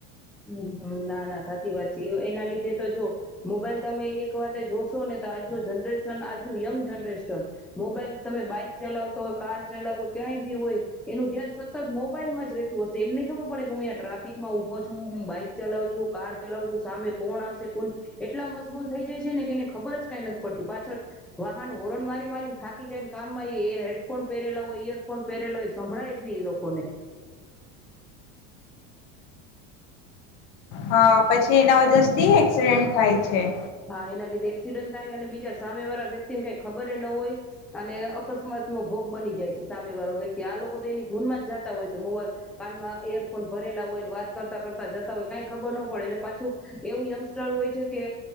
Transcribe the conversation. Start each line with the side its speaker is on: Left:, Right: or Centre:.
Centre: હ ના ના સાચી વાત છે એના લીધે તો જો, મોબાઈલ તમે એક વાતે જો ને તો આજનું જનરેશન આજ યંગ જનરેશન મોબાઈલ તમે બાઈક ચલાવ કાર ચાલકો ક્યાંય બી હોય એનું ધ્યાન સતત મોબાઈલ જ ર રહેતું હશે એમને ખબરડે કે હુંં ટ્રાફિક માં ઉભો છું. હું બાઈક ચલાવ છું કાર ચલાવ છું સામે કોણ આવશે કોણ એટલા મશબૂલ થઈ જાય છે ને કે એને ખબર જ કઈ નથી પડતી પાછળ વાહન હોર્ન મારી મારીને થાકી જાય ને કામ હેડફોન પહેરેલા હોય ઈયરફોન પહેરેલા હો એ સંભળાય જ નહી એ લોકોને.
Left: હા પછી એના વજરથી એક્સિડેન્ટ થાય છે.
Centre: હા એના લીધે એક્સિડન્ટ થાય અને બીજા સામે વાળા વ્યક્તિને કઈ ખબર ન હોય, અને અકસ્માત નો ભોગ બની જાય છે સામે વાળો વ્યક્તિ આ લોકો તો એની ધૂનમાં જતા હોય છે મોબાઈલ કનમાં યરફોન ભરેલા હોય વાત કરતા કરતા જતા હોય કઈ ખબર ન પડે એ પાછું એવું યંગસ્ટર હોય છે કે